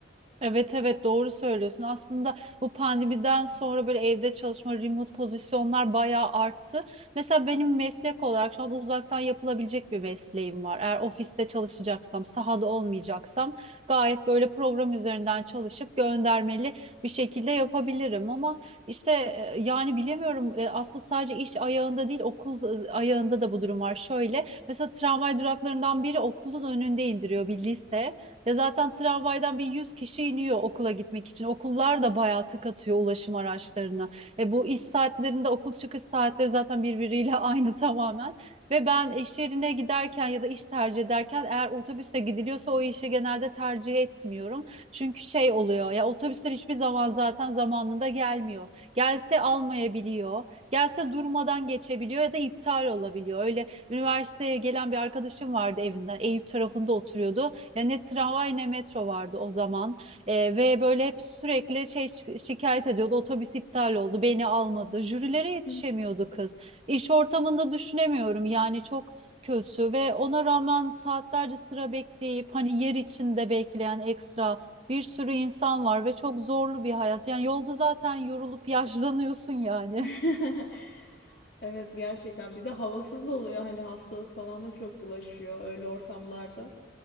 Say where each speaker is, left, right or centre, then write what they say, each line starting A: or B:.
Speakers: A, on the right; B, on the left.
A: Evet evet doğru söylüyorsun. Aslında bu pandemiden sonra böyle evde çalışma, remote pozisyonlar bayağı arttı. Mesela benim meslek olarak şu an uzaktan yapılabilecek bir mesleğim var. Eğer ofiste çalışacaksam, sahada olmayacaksam gayet böyle program üzerinden çalışıp göndermeli bir şekilde yapabilirim. Ama işte e, yani bilemiyorum E, aslında sadece iş ayağında değil okul ayağında da bu durum var. Şöyle mesela tramvay duraklarından biri okulun önünde indiriyor bir lise. Ve zaten tramvaydan bir 100 kişi iniyor okula gitmek için. Okullar da bayağı tık atıyor ulaşım araçlarına. E bu iş saatlerinde okul çıkış saatleri zaten birbiriyle <laughs> aynı tamamen. Ve ben iş yerine giderken ya da iş tercih ederken eğer otobüse gidiliyorsa o işi genelde tercih etmiyorum. Çünkü şey oluyor ya otobüsler hiçbir zaman zaten zamanında gelmiyor. Gelse almayabiliyor. Gelse durmadan geçebiliyor ya da iptal olabiliyor. Öyle üniversiteye gelen bir arkadaşım vardı evinden. Eyüp tarafında oturuyordu. Ya ne tramvay ne metro vardı o zaman. E, ve böyle hep sürekli şey şi- şikayet ediyordu. Otobüs iptal oldu, beni almadı. Jürilere yetişemiyordu
B: Hı.
A: kız. İş ortamında düşünemiyorum. Yani çok kötü ve ona rağmen saatlerce sıra bekleyip hani yer içinde bekleyen ekstra bir sürü insan var ve çok zorlu bir hayat. Yani yolda zaten yorulup <laughs> yaşlanıyorsun yani.
B: <laughs> Evet gerçekten bir de havasız oluyor hani hastalık falan da çok bulaşıyor öyle ortamlarda.